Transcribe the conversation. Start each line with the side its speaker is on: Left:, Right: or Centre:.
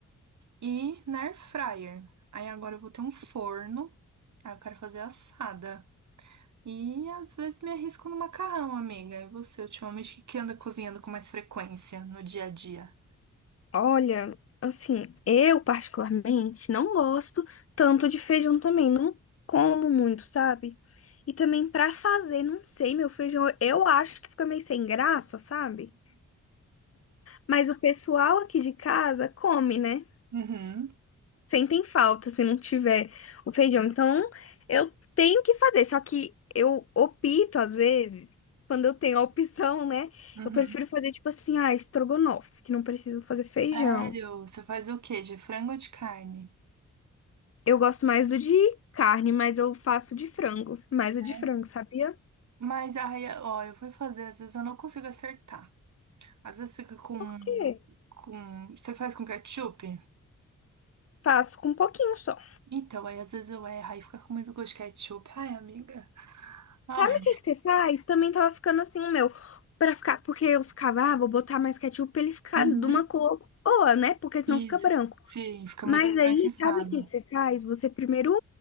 Right: E na air fryer. Aí agora eu vou ter um forno. Aí eu quero fazer assada. E às vezes me arrisco no macarrão, amiga. E você, ultimamente, o que que anda cozinhando com mais frequência no dia a dia?
Left: Olha, assim, eu particularmente não gosto tanto de feijão também, não como muito, sabe? E também pra fazer, não sei, meu feijão, eu acho que fica meio sem graça, sabe? Mas o pessoal aqui de casa come, né?
Right: Uhum,
Left: sentem falta se não tiver o feijão. Então, eu tenho que fazer, só que eu opto às vezes, quando eu tenho a opção, né?
Right: uhum.
Left: Eu prefiro fazer tipo assim, ah, estrogonofe, que não preciso fazer feijão.
Right: Sério? Você faz o quê? De frango ou de carne?
Left: Eu gosto mais do de carne, mas eu faço de frango, mais o
Right: É.
Left: de frango, sabia?
Right: Mas aí, ó, eu fui fazer, às vezes eu não consigo acertar. Às vezes fica com,
Left: Por quê?
Right: com... Você faz com ketchup?
Left: Faço com um pouquinho só.
Right: Então, aí às vezes eu erro, aí fica com muito gosto de ketchup. Ai, amiga. Ai.
Left: Sabe o que que você faz? Também tava ficando assim o meu, para ficar, porque eu ficava, ah, vou botar mais ketchup pra ele ficar
Right: Uhum.
Left: de uma cor boa, né? Porque senão
Right: Isso.
Left: fica branco.
Right: Sim, fica muito
Left: Mas
Right: esbranquiçado.
Left: aí, sabe o que que você faz? Você primeiro